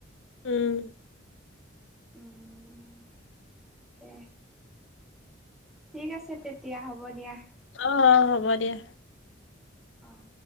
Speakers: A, on the left (about 65°); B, in the centre.
A: উম,
B: উম, তাকে। ঠিক আছে তেতিয়া হ'ব দিয়া।
A: অ', অ', হ'ব দিয়া।
B: অঁ'।